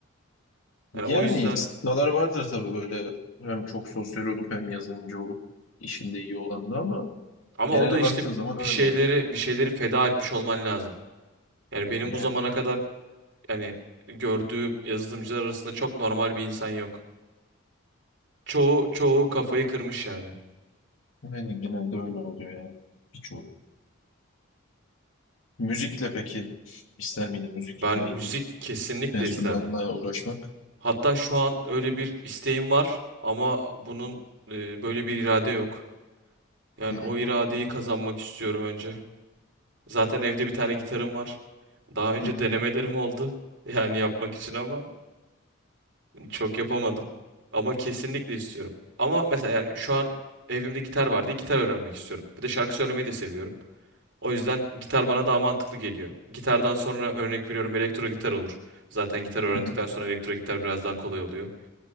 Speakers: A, on the left; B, on the right.
A: Yani
B: Yani o yüzden
A: istisnalar vardır tabii böyle hem çok sosyal olup hem yazılımcı olup işinde iyi olan da ama
B: ama
A: genele
B: o da işte
A: baktığın zaman
B: bir
A: öyle
B: şeyleri
A: yani.
B: bir şeyleri feda etmiş olman lazım. Yani benim
A: Yani,
B: bu zamana kadar yani gördüğüm yazılımcılar arasında çok normal bir insan yok. Çoğu çoğu kafayı kırmış yani.
A: Yani genelde öyle oluyor yani. Birçok. Müzikle peki ister miydin müzikle
B: Ben müzik
A: ilgili
B: kesinlikle
A: enstrümanla
B: isterdim.
A: uğraşmak?
B: Hatta şu an öyle bir isteğim var ama bunun
A: Hı
B: e, böyle bir irade yok. Yani
A: hı.
B: o iradeyi kazanmak istiyorum önce. Zaten evde bir tane gitarım var. Daha önce
A: Hı hı.
B: denemelerim oldu. <laughs> Yani yapmak için ama çok yapamadım. Ama kesinlikle istiyorum. Ama mesela yani şu an evimde gitar var diye gitar öğrenmek istiyorum. Bir de şarkı söylemeyi de seviyorum. O yüzden gitar bana daha mantıklı geliyor. Gitardan sonra örnek veriyorum elektro gitar olur. Zaten gitar öğrendikten
A: Hı hı.
B: sonra elektro gitar biraz daha kolay oluyor.